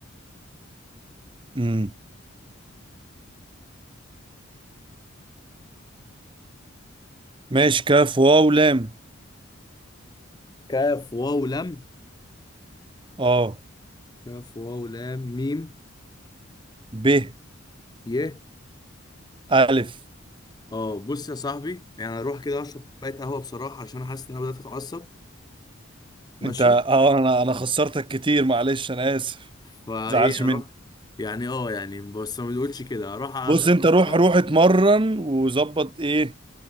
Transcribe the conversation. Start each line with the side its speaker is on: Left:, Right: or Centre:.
Right: مم. ماشي كاف واو لام
Left: كاف واو لم
Right: اه
Left: كاف واو لام ميم
Right: ب
Left: ي
Right: ألف
Left: اه بص يا صاحبي يعني اروح كده اشرب كوبايه قهوه بصراحه عشان انا حاسس ان انا بدات اتعصب ماشي
Right: أنت اه أنا أنا خسرتك كتير معلش أنا آسف
Left: فايه
Right: زعلش مني
Left: اروح يعني اه يعني بس ما بنقولش كده اروح اشرب
Right: بص أنت
Left: كوباية
Right: روح
Left: قهوة.
Right: روح اتمرن وظبط إيه